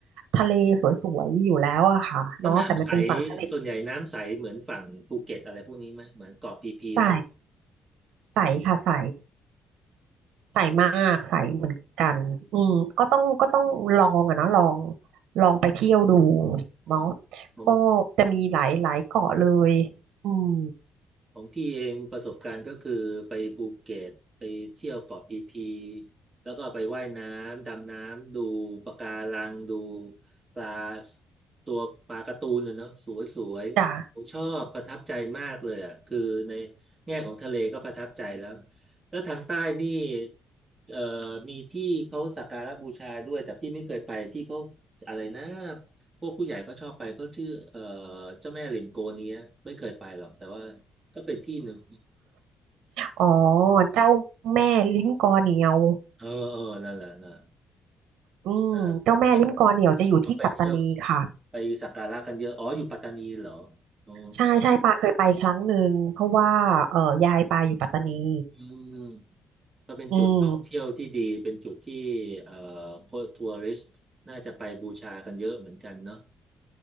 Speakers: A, on the right; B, on the right.
A: ทะเลสวยๆอยู่แล้วอะค่ะเนาะแต่มันเป็นฝั่งทะเล
B: แล้วน้ำใสส่วนใหญ่น้ำใสเหมือนฝั่งภูเก็ตอะไรพวกนี้ไหมเหมือนเกาะพีพีอะไร
A: ใสใสค่ะใสใสมากใสเหมือนกันอืมก็ต้องก็ต้องลองอะนะลองลองไปเที่ยวดู
B: โอ้
A: เนาะ
B: โห
A: ก็จะมีหลายหลายเกาะเลยอืม
B: ของพี่เองประสบการณ์ก็คือไปภูเก็ตไปเที่ยวเกาะพีพีแล้วก็ไปว่ายน้ำดำน้ำดูปะการังดูปลาตัวปลาการ์ตูนนะเนาะสวยสวยผมชอบประทับใจมากเลยอ่ะคือใน
A: จ้ะ
B: แง่ของทะเลก็ประทับใจแล้วแล้วทางใต้นี่เอ่อมีที่เขาสักการะบูชาด้วยแต่พี่ไม่เคยไปที่เขาอะไรนะพวกผู้ใหญ่ก็ชอบไปเขาชื่อเอ่อเจ้าแม่ริมโกเนี้ยไม่เคยไปหรอกแต่ว่า ก็เป็นที่หนึ่ง
A: อ๋อเจ้าแม่ลิ้นกอเหนียว
B: เออเออนั่นแหละนะ
A: อืมเจ้าแม่ลิ้มกอเหนี่ยวจะอยู่ที่ปัตตานีค่ะ
B: อ่าคนคนไปเที่ยวไปสักการะกันเยอะ อ๋ออยู่ปัตตานีเหรออ๋อ
A: ใช่ใช่ปาเคยไปครั้งหนึ่งเพราะว่าเอ่อยายปาอยู่ปัตตานี
B: อืมก็เป็นจุดท่องเที่ยวที่ดี
A: อืม
B: เป็นจุดที่เอ่อพวกทัวริสต์น่าจะไปบูชากันเยอะเหมือนกันเนาะ